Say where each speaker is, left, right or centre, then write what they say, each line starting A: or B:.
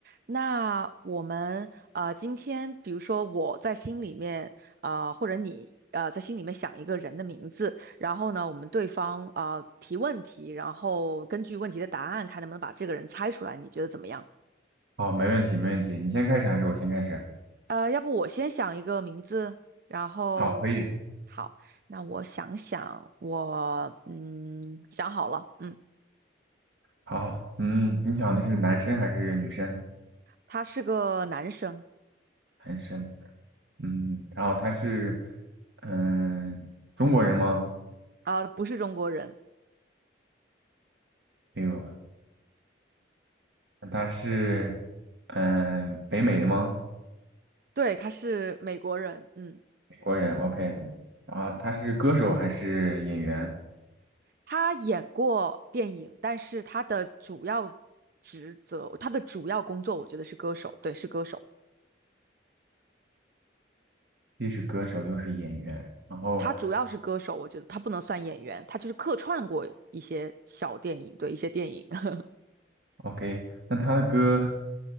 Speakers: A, on the right; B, on the right.
A: 那我们呃，今天比如说我在心里面呃，或者你呃在心里面想一个人的名字，然后呢，我们对方呃提问题，然后根据问题的答案看能不能把这个人猜出来，你觉得怎么样？
B: 好，没问题，没问题。你先开始还是我先开始？
A: 呃，要不我先想一个名字，然后
B: 好，可以。
A: 好，那我想想，我嗯想好了，嗯，
B: 好，嗯，你想的是男生还是女生？
A: 他是个男生，
B: 男生。嗯，然后他是，嗯，中国人吗？
A: 啊、不是中国人，
B: 没有，那他是，嗯，北美的吗？
A: 对，他是美国人，嗯。
B: 美国人。OK。然后他是歌手还是演员？
A: 他演过电影，但是他的主要职责，他的主要工作，我觉得是歌手，对，是歌手。
B: 既是歌手又是演员。然后
A: 他主要是歌手，我觉得他不能算演员，他就是客串过一些小电影，对，一些电影，<laughs>
B: ，OK，那他的歌